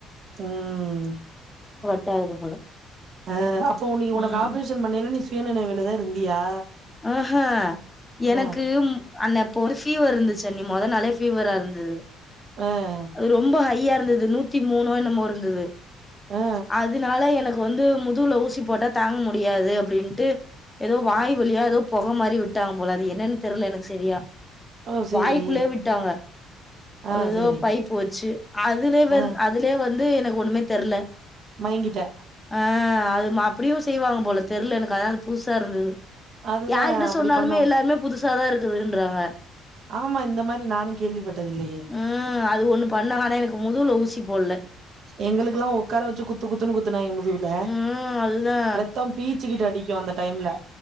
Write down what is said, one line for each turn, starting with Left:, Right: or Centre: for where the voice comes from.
Right: ம்
Left: ட ஆகுது போல
Right: ஆ அப்போ நீ உனக்கு
Left: ம்
Right: ஆப்ரேஷன் பண்ணையில நீ சுயநினைவுல தா இருந்தியா
Left: உஹூ
Right: ஆ
Left: எனக்கு அண்ண அப்போ வந்து ஃபீவர் இருந்துச்சி அண்ணி மொத நாளே ஃபீவரா இருந்துது
Right: அஹ்
Left: ரொம்ப ஹைய்யா இருந்தது நூத்தி மூணோ என்னமோ இருந்துது
Right: ஆ
Left: அதனால எனக் கு வந்து முதுல ஊசி போட்டா தாங்க முடியாது அப்டின்ட்டு எதோ வாயி வழியா எதோ பொக மாரி உட்டாங்க போல அது என்னன்னு தெர்ல எனக்கு செரியா
Right: ஓ சேரி
Left: வாய்க்குள்ளே விட்டாங்க அது
Right: ஆ
Left: எதோ
Right: சேரி
Left: பைப்பு வச்சு அதுலயே வந்
Right: ஆ
Left: அ அதுலே வந்து எனக்கு ஒண்ணுமே தெர்ல
Right: மயங்கிட்ட
Left: ஆஹ் அது மா அப்டியு செய்வாங்க போல தெர்ல எனக்கு அதா புதுசா இருந்தது
Right: அதுதா
Left: யார்கிட்ட
Right: அப்டி
Left: சொன்னாலுமே
Right: பண்ணுவோ
Left: எல்லாமே புதுசா தா இருக்குதுன்றாங்க
Right: ஆமா இந்த மாரி நானு கேள்விப்பட்டது இல்லையே
Left: ம் அது ஒண்ணு பண்ணாங்க ஆனா எனக்கு முதுல ஊசி போட்ல
Right: எங்களுக்கெல்லா உக்கார வச்சி குத்து குத்துன்னு குத்துனாங்க முதுல
Left: ம் அதுதா
Right: ரத்தோ பீச் சிக்கிட்டு அடிக்கு அந்த டைம்ல